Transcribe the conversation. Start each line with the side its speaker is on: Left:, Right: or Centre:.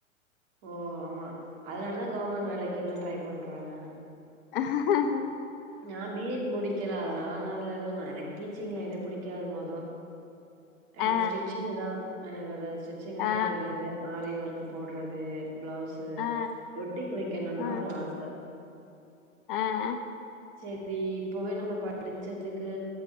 Right: ஓ ஆமா அதனால தா கவர்மெண்ட் வேலைக்கு எல்லா ட்ரை பண்றாங்க
Left: ஹ ஹஹ
Right: நா பி எட் முடிக்கல அதுனால நா அதுல எதுவு எனக்கு டீச்சிங் லைனே எனக்கு பிடிக்காது மொத எனக்கு
Left: ஆ
Right: ஸ்டிச்சிங் தா எனக்கு ஸ்டிச்சிங்
Left: ஆ
Right: தா அப்பயலேருந்து ஆரி ஒர்க் போடுறது பிளவுஸு
Left: ஆ
Right: பொட்டிக்கு வைக்கணுனு
Left: ஆ ஆ
Right: தா ஒரு ஆசை
Left: ஆ
Right: செரி இப்பவே நம்ம படிச்சதுக்கு